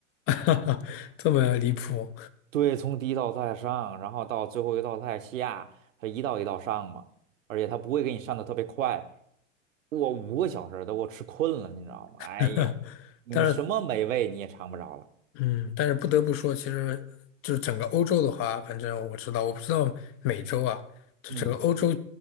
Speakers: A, on the left; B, on the right.
A: <laughs> 这么离谱。
B: 对，从第一道菜上，然后到最后一道菜下，它一道一道上嘛，而且它不会给你上的特别快，我五个小时都给我吃困了，你知道吗？哎呦，
A: <laughs>
B: 你什么美味你也尝不着了。
A: 但是嗯，但是不得不说，其实就是整个欧洲的话，反正我知道，我不知道美洲啊，就整个欧洲，
B: 嗯